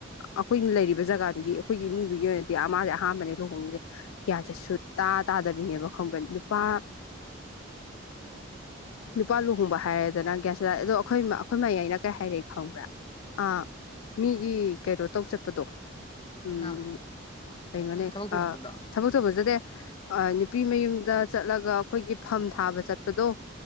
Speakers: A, on the left (about 85°); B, on the left (about 25°).
A: ꯑꯩꯈꯣꯏꯅ ꯂꯩꯔꯤꯕ ꯖꯒꯥꯗꯨꯒꯤ ꯑꯩꯈꯣꯏꯒꯤ ꯏꯃꯨꯡꯗꯨꯒꯤ ꯑꯣꯏꯅꯗꯤ ꯃꯥꯥꯁꯦ ꯑꯍꯥꯥꯟꯕꯅꯦ ꯂꯨꯍꯣꯡꯉꯁꯦ ꯒ꯭ꯌꯥꯟꯁꯦ ꯁꯨ ꯇꯥ ꯇꯥꯗꯕꯤꯅꯦꯕ ꯈꯪꯕ ꯅꯨꯄꯥ
B: ꯑꯥ
A: ꯅꯨꯄꯥ ꯂꯨꯍꯣꯡꯕ ꯍꯥꯏꯔꯦꯗꯅ ꯒ꯭ꯌꯥꯁ ꯆ ꯑꯗꯣ ꯑꯩꯈꯣꯏ ꯑꯩꯈꯣꯏ ꯃꯌꯥ ꯑꯏꯩꯅ ꯀꯩ ꯍꯥꯏꯔꯦ ꯈꯪꯕ꯭ꯔꯥ ꯑ ꯃꯤꯒꯤ ꯀꯩꯅꯣ ꯇꯧ ꯆꯠꯄꯗꯣ ꯎꯝ
B: ꯑꯥ
A: ꯀꯩꯅꯣꯅꯦ
B: ꯊꯕꯛ ꯇꯧ ꯆꯠꯄꯗꯣ
A: ꯊꯕꯛ ꯑꯆ ꯐꯖꯗꯦ ꯅꯨꯄꯤ ꯃꯌꯨꯝꯗ ꯆꯠꯂꯒ ꯑꯩꯈꯣꯏꯒꯤ ꯐꯝ ꯊꯥꯕ ꯆꯠꯄꯗꯣ